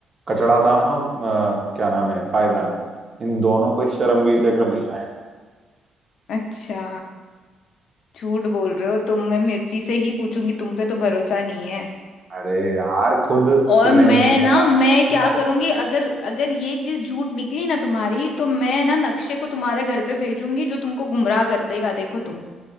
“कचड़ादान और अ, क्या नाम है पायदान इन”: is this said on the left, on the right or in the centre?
Right